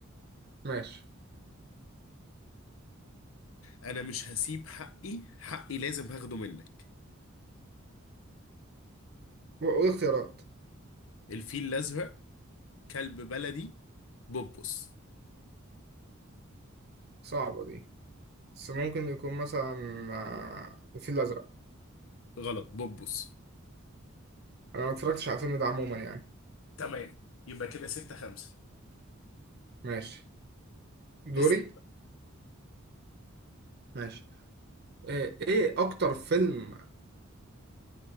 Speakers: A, on the right; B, on the left.
A: ماشي
B: انا مش هسيب حقي حقي لازم هاخده منك
A: و- وإيه اختيارات
B: الفيل الازرق كلب بلدي بوبوس
A: صعبة دي بس ممكن يكون مثلا آه، الفيل الأزرق
B: غلط بوبوس
A: أنا ما اتفرجتش على الفيلم ده عموما يعني
B: تمام يبقى كده ستة خمسة
A: ماشي دوري
B: اسأل
A: ماشي آه، إيه أكتر فيلم